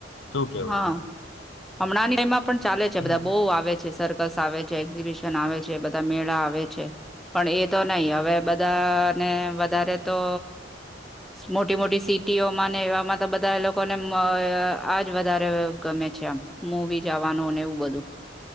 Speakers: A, on the left; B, in the centre.
A: શું કેવું
B: હા
A: છે
B: હમણાંની ટાઈમમાં પણ ચાલે છે
A: હમ
B: બધા બહુ આવે છે સરકાર બસ આવે છે એક્ઝિબિશન આવે છે બધા મેળા આવે છે પણ એ તો નહી હવે બધાને વધારે તો મોટી મોટી સિટીઓમાં ને એવામાં તો બધા એ લોકોને આ જ વધારે ગમે છે આમ હું બી જવાનુંને એવું બધું.